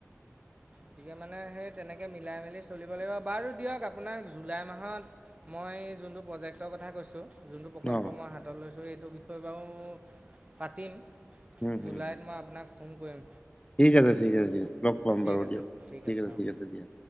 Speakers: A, on the right; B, on the left.
A: গতিকে মানে সেই তেনেকে মিলাই মেলি চলিব লাগিব বাৰু দিয়ক আপোনাক জুলাই মাহত মই যোনটো প্ৰজেক্টৰ কথা কৈছোঁ যোনটো প্ৰকল্প
B: অ'
A: মই হাতত লৈছোঁ সেইটো বিষয়ে বাৰু পাতিম।
B: হুম হুম
A: জুলাইত
B: হুম।
A: মই আপোনাক ফোন কৰিম।
B: ঠিক আছে, ঠিক আছে, ঠিক আছে, লগ পাম
A: ঠিক
B: বাৰু
A: আছে
B: দিয়ক, ঠিক আছে,
A: অঁ
B: ঠিক আছে, দিয়া।